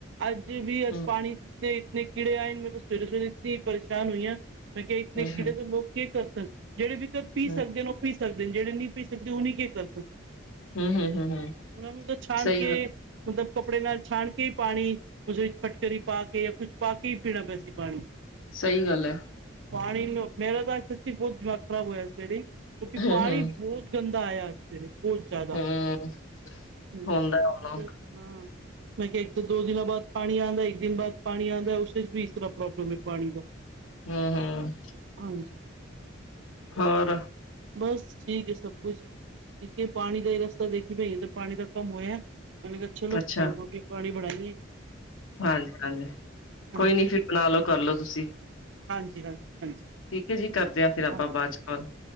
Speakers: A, on the right; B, on the left.
A: ਅੱਜ ਵੀ ਅੱਜ,
B: ਹੂੰ
A: ਪਾਣੀੇ ਇਤਨੇ ਕੀੜੇ ਆਏ, ਮੇ ਤਾਂ ਸਵੇਰੇ- ਸਵੇਰੇ ਇਤਨੀ ਹੀ ਪਰੇਸ਼ਾਨ ਹੋਈ ਹਾਂ। ਮੈਂ ਕਿਹਾ, ਇਤਣੇ
B: ਹੂੰ
A: ਕੀੜੇ
B: ਹੂੰ
A: ਦੇ ਲੋਕ ਕੀ ਕਰ ਸਨ, ਜਿਹੜੇ ਵੀ ਪੀ
B: ਹੂੰ
A: ਸਕਦੇ ਨੇ ਉਹ ਪੀ ਸਕਦੇ, ਜਿਹੜੇ ਨਹੀਂ ਪੀ ਸਕਦੇ, ਉਹ ਨਹੀਂ ਕਿ ਕਰ ਸਨ
B: ਹੂੰ ਹੂੰ ਹੂੰ ਹੂੰ
A: ਉਹਨਾਂ ਨੂੰ ਤਾਂ ਛਾਣ
B: ਸਹੀ
A: ਕੇ
B: ਗੱਲ
A: ਮਤਲਬ, ਕੱਪੜੇ ਨਾਲ ਛਾਣ ਕੇ ਹੀ ਪਾਣੀ ਉਸੇ ਵਿੱਚ ਫਟਕੜੀ, ਪਾ ਕੇ ਜਾਂ ਕੁਛ ਪਾ ਕੇ, ਹੀ ਪੀਣਾ ਪੈ ਸੀ ਪਾਣੀ।
B: ਸਹੀ ਗੱਲ ਐ।
A: ਪਾਣੀ ਨੂੰ, ਮੇਰਾ ਤਾਂ ਸੱਚੀ ਬਹੁਤ ਦਿਮਾਗ ਖਰਾਬ ਹੋਇਆ ਅੱਜ ਸਵੇਰੇ ਕਿਉਂਕਿ
B: ਹੂੰ
A: ਪਾਣੀ
B: ਹੂੰ
A: ਬਹੁਤ ਗੰਦਾ, ਆਇਆ ਅੱਜ ਸਵੇਰੇ ਬਹੁਤ, ਜ਼ਿਆਦਾ
B: ਹੂੰ
A: ਹ ਹਾਂ
B: ਹੁੰਦਾ ਹੁਣ
A: ਮੈਂ ਕਿਹਾ, ਇੱਕ ਤਾਂ ਦੋ ਦਿਨਾਂ ਬਾਅਦ ਪਾਣੀ ਆਉਂਦਾ, ਇੱਕ ਦਿਨ ਬਾਅਦ, ਪਾਣੀ ਆਉਂਦਾ ਉਸ ਵੀ ਇਸ ਤਰ੍ਹਾਂ ਪ੍ਰੋਬਲਮ ਹੈ, ਪਾਣੀ ਦਾ
B: ਹੂੰ ਹੂੰ
A: ਹਾਂਜੀ,
B: ਹੋਰ
A: ਬਸ ਠੀਕ ਹੈ ਸਭ ਕੁਛ, ਇਕੇ ਪਾਣੀ ਦਾ ਹੀ ਰਸਤਾ ਦੇਖੀ ਇ ਤਾਂ ਪਾਣੀ ਦਾ ਕੰਮ ਹੋਇਆ ਮੈ ਕਿਹਾ, ਚਲੋ
B: ਅੱਛਾ
A: ਰੋਟੀ ਪਾਣੀ ਬਣਾਾਈਏ?
B: ਹਾਂਜੀ- ਹਾਂਜੀ
A: ਹਾਂਜੀ
B: ਕੋਈ ਨੀ ਫਿਰ ਬਣਾ ਲਓ ਕਰਲਓ ਤੁਸੀਂ।
A: ਹਾਂਜੀ, ਹਾਂਜੀ, ਹਾਂਜੀ।
B: ਇੱਕ ਜੀ ਕਰਦਾ ਆ ਫਿਰ ਆਪਾਂ
A: ਹਾਂ
B: ਬਾਅਦ ਚ, ਕਾਲ